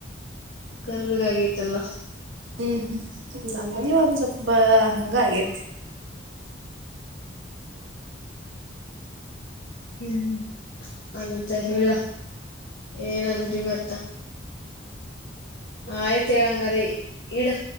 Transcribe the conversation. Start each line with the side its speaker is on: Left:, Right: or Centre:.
Left: ಕರ್ರಗ ಆಗೈತೆಲ್ಲ
Right: ಹ್ಮ್ ಹ್ಮ್ ನಮ್ಮಲ್ಲಿ ಒಂದ್ ಸ್ವಲ್ಪ ಹಂಗ ಆಗೇತಿ
Left: ಹ್ಮ್ ಅಂತ ಹೇಳ ಏನನ್ರಿ ಮತ್ತ ಆಯ್ತ್ ಹೇಳಂಗರಿೀ ಇಡು